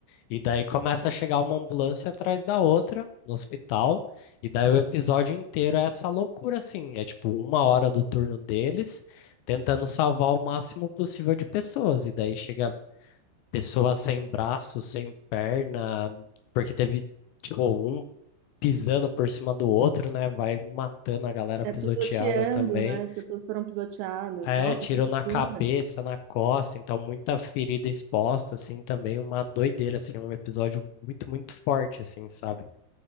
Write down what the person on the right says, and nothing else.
é,
pisoteando,
né? As pessoas foram pisoteadas.
Nossa,
que loucura.